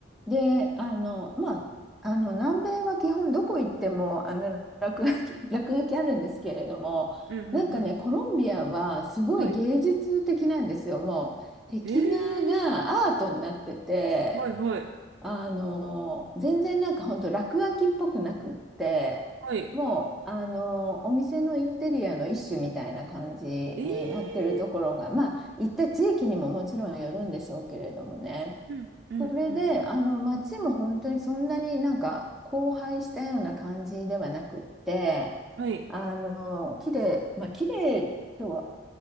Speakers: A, in the centre; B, on the right (about 70°).
A: で、あの、まあ、あの、南米は基本どこ行っても、あの、落書き、<laughs> 落書きあるんですけれども、
B: うん、うん、うん。
A: なんかね、コロンビアはすごい芸術的なんですよ。
B: はい。
A: もう、壁画がアートになってて、
B: ええー、はい、はい。
A: あの、全然なんか本当落書きっぽくなくって、
B: はい。
A: もう、あの、お店のインテリアの一種みたいな感じになってるところが、
B: ええ
A: まあ、行った地域にももちろんよるんでしょうけれどもね。
B: ー、うんうんうん。
A: それで、あの、街も本当にそんなになんか荒廃したような感じではなくって、
B: はい。
A: あの、綺麗、まあ、綺麗とはっ